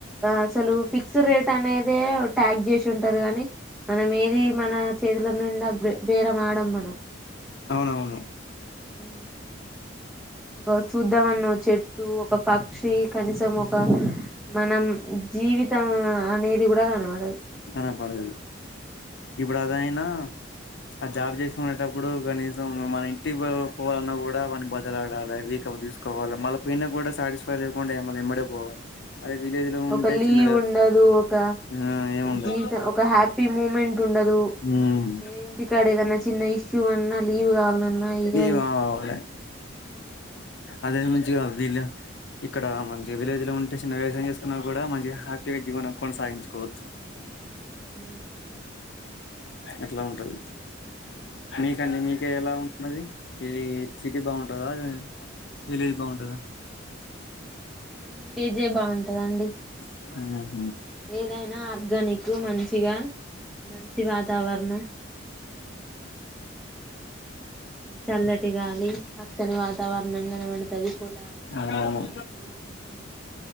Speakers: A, in the centre; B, on the left.
A: అసలు ఫిక్స్ రేట్ అనేదే ట్యాగ్ చేసి ఉంటారు కాని. మనం ఏది మన చేతుల నిండా బే బేరం ఆడం. మనం
B: అవునవును.
A: ఊ ఒ చూద్దామన్న చెట్టు, ఒక పక్షి కనీసం ఒక మనం జీవితం అనేది. అది కూడా కనబడదు.
B: కనపడదది. ఇప్పుడు అదయినా. ఆ జాబ్ చేసుకునేటప్పుడు కనీసం మన ఇంటికి పోవాలన్నా కూడా వాన్ని బతమిలాలడాలి. తీసుకోవాలి మళ్ళ పైన కూడా సాటిస్ లేకుండా మళ్ళా ఎమ్మటే పోవాలి. అదే విలేజ్ లో ఉంటే
A: ఒక లీవ్
B: చిన్న వ్యవస్
A: ఉండదు. ఒక
B: ఆ ఏముండదు
A: జీవితం, ఒక హ్యాపీ ముమెంట్ ఉండదు.
B: ఉమ్
A: ఏ ఇంటికా అక్కడ ఏదన్న చిన్న ఇష్ చూవన్నా లీవ్ కాలనన్నా ఇయ్యరు.
B: ఏం అవ్వలే అదే మంచిగా వీళ్ళు. ఇక్కడ మంచి విలేజ్ లో ఉంటే చిన్న వ్యవసాయం చేసుకున్నా కూడా మంచిగా హ్యాపీగా జీవనం కొనసాగించుకోవచ్చు.
A: ఊ
B: అట్లా ఉంటది. మీకండి. మీక ఎలా ఉ ఉన్నది ఇది సిటీ బాగుంటదా, విలేజ్ బాగుంటదా.
A: నాకు విలేజే బాగుంటదండి.
B: ఊ
A: ఏదైనా ఆర్గానిక్ మం ఇగా మంచి వాతావరణం. చల్లటి గాలి పచ్చని వాతావరణం కనబడతాది పొలాలు
B: అవునవును
A: పశువులు కన్